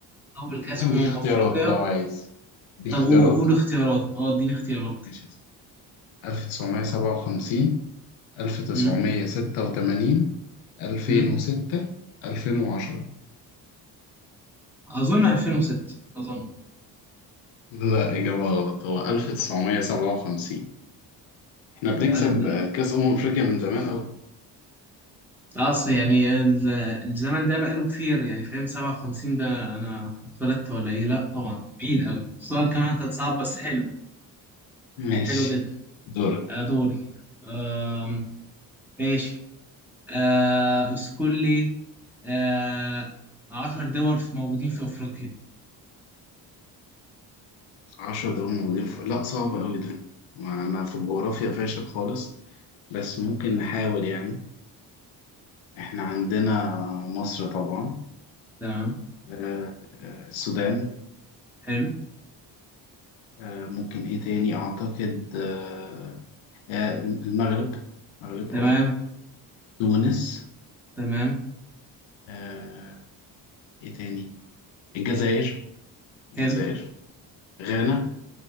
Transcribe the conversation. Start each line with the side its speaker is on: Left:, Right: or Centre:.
Centre: اول كاس
Left: ممكن اديك
Centre: امم
Left: اختيارات
Centre: افريقيا
Left: لو عايز اديك
Centre: طب
Left: اختيارات
Centre: قو- قول اختيارات اه اديني اختيارات
Left: ماشي يا سيدي. 1957 1986
Centre: امم
Left: 2006
Centre: امم
Left: 2010
Centre: اظن 2006 اظن
Left: لا إجابة غلط هو 1957 إحنا بنكسب
Centre: ال-
Left: آه، كأس أمم أفريقيا من زمان أوي
Centre: اصل يعني ال- الزمن ده بقاله كتير يعني فاهم 57 ده انا اتولدت ولا ايه لا طبعا بعيد قوي السؤال كمان كان صعب بس حلو
Left: ماشي
Centre: حلو جدا
Left: دورك
Centre: آه، دوري آم، ماشي آه، اذكر لي آه، 10 دول في- موجودين في افريقيا
Left: عشرة دول موجودين في... لا صعب أوي ده ما أنا في الجغرافيا فاشل خالص بس ممكن نحاول يعني إحنا عندنا مصر طبعا
Centre: تمام.
Left: آه، آه، السودان
Centre: حلو
Left: آه، ممكن إيه تاني أعتقد آه، آه، المغرب المغرب
Centre: تمام
Left: أه تونس
Centre: تمام
Left: آه، إيه تاني الجزائر الجزائر
Centre: حلو
Left: غانا